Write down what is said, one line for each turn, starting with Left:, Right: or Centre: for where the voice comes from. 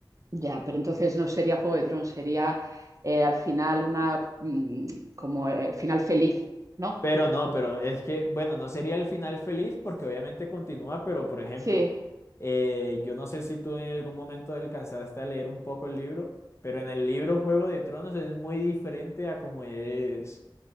Right: Ya, pero entonces no sería Juego de Tronos, sería eh, al final una mm, como el final feliz, ¿no?
Left: Pero no, pero es que, bueno, no sería el final feliz porque obviamente continúa, pero por ejemplo,
Right: Sí.
Left: eh, yo no sé si tú en algún momento alcanzaste a leer un poco el libro, pero en el libro Juego de Tronos es muy diferente a como es